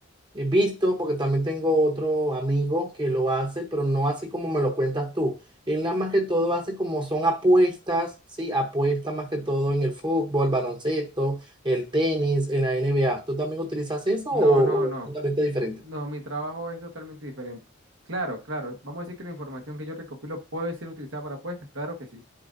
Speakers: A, on the right; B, on the right.
A: He visto, porque también tengo otro amigo que lo hace, pero no así como me lo cuentas tú. Él nada más que todo hace como son apuestas, ¿sí? Apuestas más que todo en el fútbol, baloncesto, el tenis, en la NBA. ¿Tú también utilizas eso
B: No,
A: o
B: no, no.
A: o totalmente diferente?
B: No, mi trabajo es totalmente diferente. Claro, claro. Vamos a decir que la información que yo recopilo puede ser utilizada para apuestas, claro que sí.